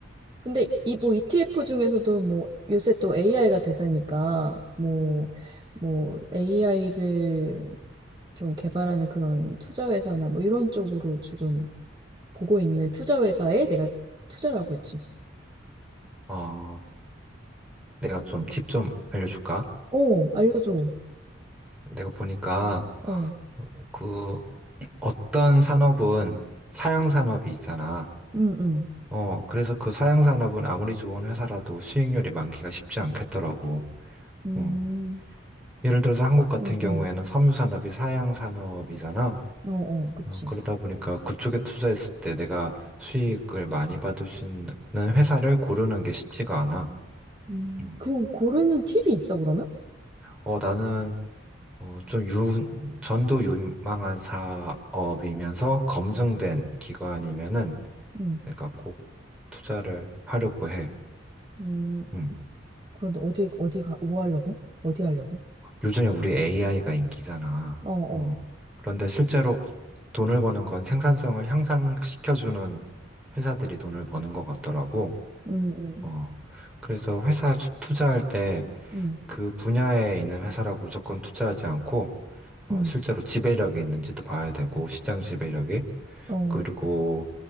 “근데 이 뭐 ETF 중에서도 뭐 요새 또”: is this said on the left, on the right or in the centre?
Right